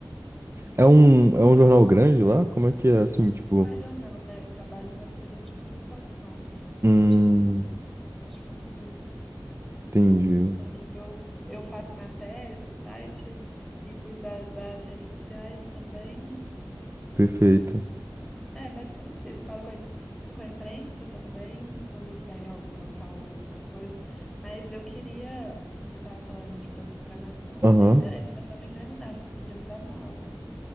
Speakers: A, in the centre; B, on the right.
A: hum,
B: É um, é um jornal grande lá? Como é que é? Assim, tipo.
A: não é jornal, né? Eu trabalho numa assessoria de comunicação
B: Hum,
A: de um instituto de família.
B: entendi.
A: E eu, eu faço matéria para o site e cuido da- das redes sociais também.
B: Perfeito.
A: É, basicamente isso. Falo com a, lido com a imprensa também, quando tem alguma pauta, alguma coisa. Mas eu queria. Você estava falando de programação,
B: Aham.
A: eu tenho interesse, mas eu não entendo nada. Você podia me dar uma aula?